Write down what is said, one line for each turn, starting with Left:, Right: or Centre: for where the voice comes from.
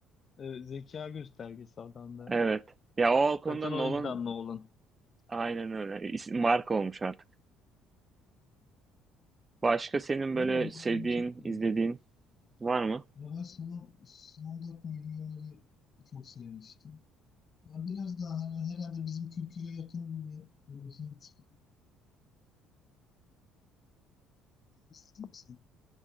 Left: Evet, zeka göstergesi adamda.
Right: Evet. Ya o konuda
Left: Zaten
Right: Nolan
Left: o yüzden Nolan.
Right: aynen öyle. İsim- Marka olmuş artık. Başka senin
Left: Ben
Right: böyle
Left: yeni
Right: sevdiğin,
Left: film çekmiyorum.
Right: izlediğin var mı?
Left: Ama ben Slumdog Millionaire'i çok sevmiştim. Ya biraz daha hani herhalde bizim kültüre yakın bir böyle Hint gibi ister misin?